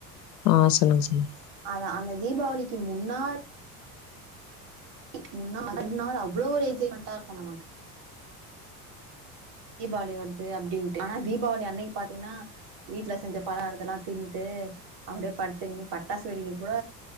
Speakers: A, on the left; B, on the right.
A: ஆ சொல்லுங்க சொல்லுங்க
B: அதா அந்த தீபாவளிக்கி முன்னாடி கி முன்னா முன்னால அவ்ளோ ஒரு எக்சைட்மெண்டா இருக்கு நமக் தீபாவளி வருது அப்டின்ட்டு ஆனா தீபாவளி அன்னைக்கு பாத்தீங்கன்னா வீட்ல செஞ்ச பலகாரத்த எல்லா தின்னுட்டு அப்டியே படுத்துக்குன் பட்டாசு வெடிக்க கூட